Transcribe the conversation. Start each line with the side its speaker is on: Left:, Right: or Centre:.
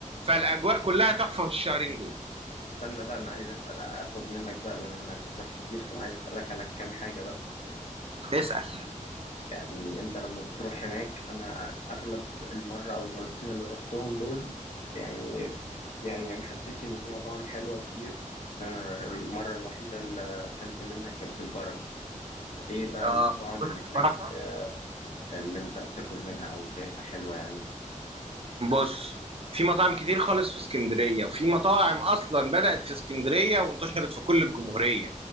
Right: فالأجواء كلها تحفة في الشهرين دول
Left: طب استنى بقى انا عايز اسال اخد منك بقى بما انك بتروح كتير فانا عايز اسالك على كام حاجه بقى
Right: اسأل
Left: يعني انت لما بتروح هناك انا اغلب المره او المرتين اللي رحتهم دول يعني يعني ما حسيتش ان في مطاعم حلوه كتير أنا المره الوحيده اللي اكلت منها كان في البركه ايه بقى
Right: اه
Left: المطاعم اللي هناك
Right: بركة
Left: آه، اللي انت بتاكل منها او شايفها حلوة يعني
Right: بص في مطاعم كتير خالص في اسكندرية وفي مطاعم أصلا بدأت في اسكندرية وانتشرت في كل الجمهورية